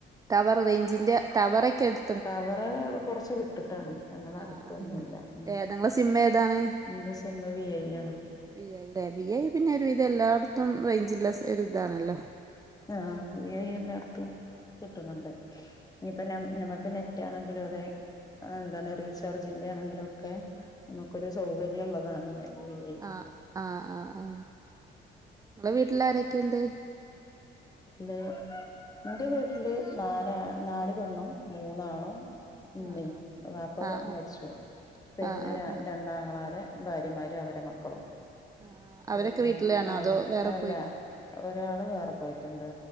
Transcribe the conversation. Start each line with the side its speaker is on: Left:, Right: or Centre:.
Right: ടവറ് റേയ്ഞ്ചിന്റെ ടവറെക്കെട്
Left: ടവറ് കൊർച്ച് വിട്ടിട്ടാണ് ഞമ്മളടുത്തൊന്നുല്ല
Right: ആഹ് ആഹ്
Left: ഉം
Right: ഏതാ നിങ്ങളെ സിം ഏതാണ്
Left: ഇന്റെ സി മ്മ് വി ഐ യാണ്.
Right: വി ഐ ലെ വി ഐ പിന്നെ ഒരുവീതം എല്ലായിടത്തും റേയ്ഞ്ചിള്ള സ് ഒരിതാണല്ലോ.
Left: ആഹ് വി ഐ എല്ലാട്ത്തും കിട്ട്ണ് ണ്ട് ഇഞ്ഞിപ്പൊ നാ ഞമ്മക്ക് നെറ്റാണെങ്കിലും അതെ അന്താണ് റീചാർജിന്റെണെങ്കിലും ഒക്കെ ഞമ്മക്കൊരു സൗകര്യള്ളതാണ് ന് വി ഐ
Right: ആഹ് ആഹ് ആഹ് ആഹ് ഇങ്ങള വീട്ടിലാരെക്കെണ്ട്.
Left: ല് ഇന്റെ വീട്ടില് നാല നാല് പെണ്ണും മൂന്നാണും ഇമ്മീം
Right: ആഹ്
Left: വാപ്പ
Right: ആഹ്
Left: മരിച്ചു പിന്നെ
Right: ആഹ് ആഹ് ആഹ്
Left: രാ
Right: ആഹ്
Left: രണ്ട് ആങ്ങളാരെ ഭാര്യമാര് അവരെ മക്കളും
Right: ആഹ് ആഹ് അവരൊക്കെ
Left: പിന്നെ
Right: വീട്ടിലാണോ
Left: അയിലെ
Right: അതോ വേറെ പോയിനോ
Left: ലാ ഒരാള് വേറെ പോയിറ്റ്ണ്ട്